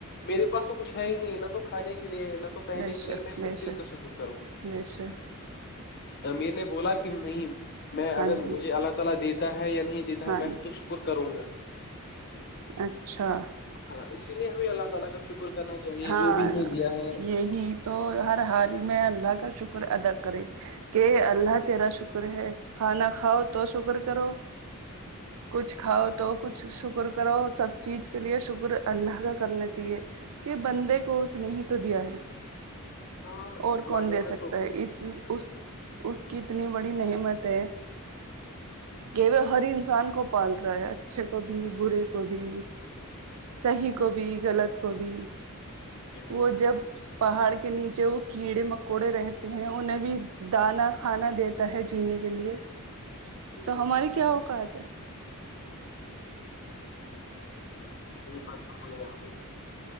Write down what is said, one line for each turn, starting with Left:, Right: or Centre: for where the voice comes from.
Left: میرے پاس تو کچھ ہے ہی نہیں نہ تو کھانے کے لیے ہے نہ تو پہننے
Right: بے
Left: کے
Right: شک
Left: لیے میں
Right: بے
Left: کس چیز
Right: شک
Left: کا شکر کروں
Right: <unintelligible>
Left: امیر نے بولا کہ نہیں میں
Right: ہاں
Left: اگر
Right: جی
Left: مجھے اللہ تعالی دیتا ہے یا نہیں تا ہے
Right: ہاں
Left: میں
Right: جی
Left: تو شکر کروں گا
Right: اچھا
Left: ہاں اسی لیے ہمیں اللہ تعالی کا شکر کرنا چاہیے
Right: ہاں
Left: جو بھی ہمیں دیا ہے
Right: یہی تو ہر حال میں اللہ کا شکر ادا کرے کہ اللہ تیرا شکر ہے کھانا کھاؤ تو شکر کرو کچھ کھاؤ تو کچھ شکر کرو سب چیز کے لیے شکر اللہ کا کرنا چاہیے کہ بندے کو اس نے ہی تو دیا ہے
Left: ہاں
Right: اور
Left: ہمارے
Right: کون دے
Left: یہاں
Right: سکتا
Left: تو
Right: ہے اس اس اس کی اتنی بڑی نعمت ہے کہ ہر انسان کو پال رہا ہے اچھے کو بھی برے کو بھی صحیح کو بھی غلط کو بھی
Left: جی بے
Right: وہ
Left: شک
Right: جب
Left: تو صحیح
Right: پہاڑ
Left: بات
Right: کے نیچے کیڑے مکوڑے رہتے ہیں انہیں بھی دانا کھانا دیتا ہے جینے کے لیے
Left: جی
Right: تو
Left: وہ
Right: ہماری
Left: ہے
Right: کیا اوقات ہے
Left: صحیی بات فرمائی اپ نے